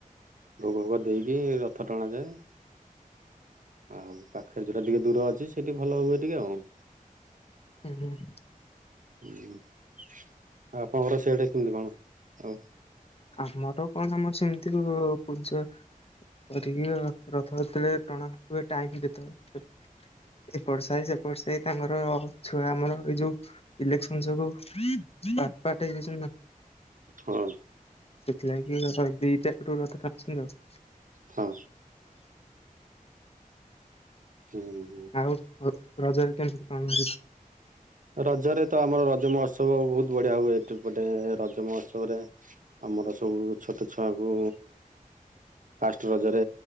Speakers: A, on the right; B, on the left.
A: ଭୋଗ ଫୋଗ ଦେଇକି ରଥ ଟଣାଯାଏ। ଆଉ ପାଖରେ ଯୋଉଟା ଟିକେ ଦୂର ଅଛି, ସେଠି ଭଲ ହୁଏ ଟିକେ ଆଉ।
B: ହୁଁ ହୁଁ।
A: ହୁଁ, ଆଉ ଆପଣଙ୍କର ସିଆଡ଼େ କେମିତି କଣ ଆଉ ସବୁ?
B: ଆମର କଣ ଆମର ସେମିତି ହୁଏ ପୂଜା କରିକି ଆଉ ରଥଯାତ୍ରାରେ ଟଣା ହୁଏ ଟାଇମ୍ ଯେତେବେଳେ ଏପଟ ସାହି, ସେପଟ ସାହି ତାଙ୍କର ଛୁଆ ଆମର ଏଇ ଯୋଉ ଇଲେକ୍ସନ ଯୋଗୁଁ ପାର୍ଟ ପାର୍ଟ ହେଇଯାଇଚନ୍ତିନା
A: ହଁ।
B: ସେଥିଲାଗି ଆମର ଦିଟା ରଥ ଟାଣୁଚନ୍ତି ଆଉ।
A: ହଁ। ହୁଁ।
B: ଆଉ ରଜରେ କେମିତି ପାଳନ ହେଲା?
A: ରଜରେତ ଆମର ରଜ ମହୋତ୍ସବ ବହୁତ୍ ବଢ଼ିଆ ହୁଏ ଏଠିଏପଟେ ରଜ ମହୋତ୍ସବରେ ଆମର ସବୁ ଛୋଟ ଛୁଆକୁ ଫାଷ୍ଟ ରଜରେ